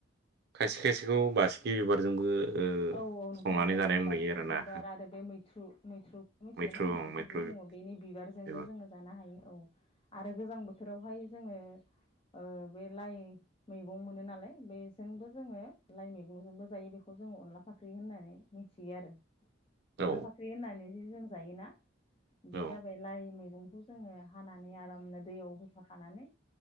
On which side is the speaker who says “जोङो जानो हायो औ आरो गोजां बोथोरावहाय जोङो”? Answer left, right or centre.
Left